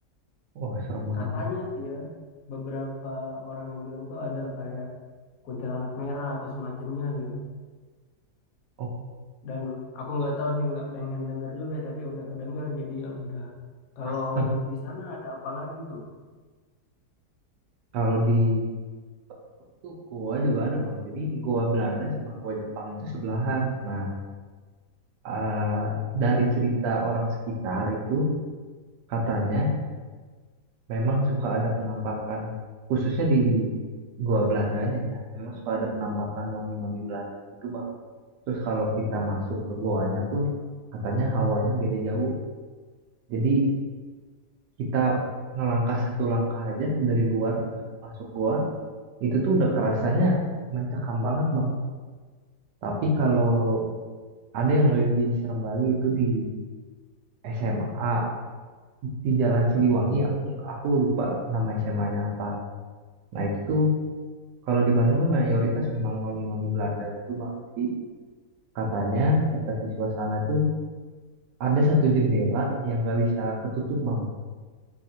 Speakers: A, on the right (about 80°); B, on the left (about 65°).
A: wah serem banget
B: Katanya
A: bang
B: sih ya, beberapa orang yang bilang tuh ada kayak kuntilanak merah atau semacamnya gitu.
A: oh
B: Dan aku nggak tahu sih, nggak pengen denger juga, tapi udah kedenger jadi ya udah. Kalau
A: <laughs>
B: di sana ada apa lagi tuh?
A: kalau di Bandung tuh goa juga ada bang jadi goa Belanda sama goa Jepang itu sebelahan nah ah, dari cerita orang sekitar itu katanya memang suka ada penampakan khususnya di gua Belandanya ya memang suka ada penampakan noni-noni Belanda gitu bang terus kalau kita masuk ke goanya pun katanya hawanya beda jauh jadi kita ngelangkah satu langkah aja dari luar ke masuk goa itu tuh udah kerasanya mencekam banget bang tapi kalau
B: Wow.
A: ada yang lebih serem lagi itu di SMA di Jalan Siliwangi aku aku lupa nama SMA-nya apa nah itu tuh Kalau di Bandung kan mayoritas memang noni-noni Belanda gitu Bang. Jadi katanya, kata siswa sana tuh ada satu jendela yang nggak bisa ketutup Bang.